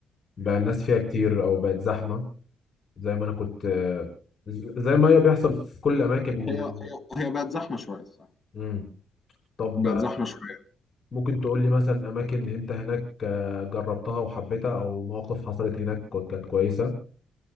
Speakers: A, on the left; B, on the left.
A: بقى الناس فيها كتير او بقت زحمه زي ما انا كنت آه، ز- زي ما هي بيحصل في كل الاماكن
B: هي هي هي بقت زحمة شوية الصراحة
A: امم طب
B: بقت
A: آه،
B: زحمة شوية
A: ممكن تقول لي مثلا اماكن انت هناك آه، جربتها وحبيتها او مواقف حصلت هناك كو- كانت كويسه